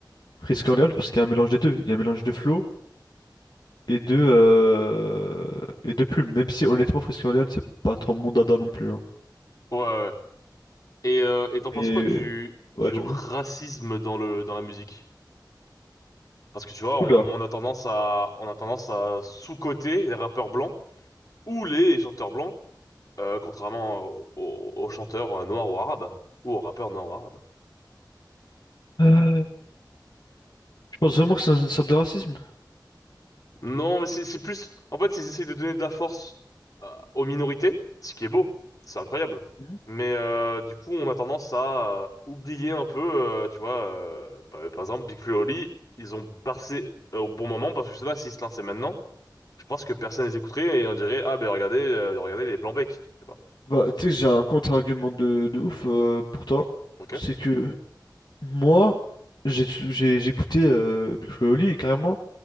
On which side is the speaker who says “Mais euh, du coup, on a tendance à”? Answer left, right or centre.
Left